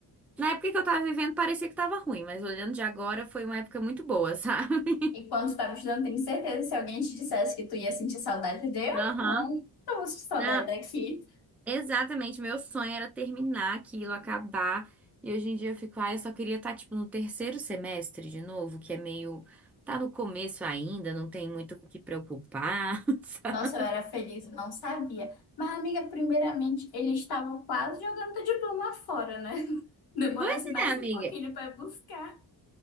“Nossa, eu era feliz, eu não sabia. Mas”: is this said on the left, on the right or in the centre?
Left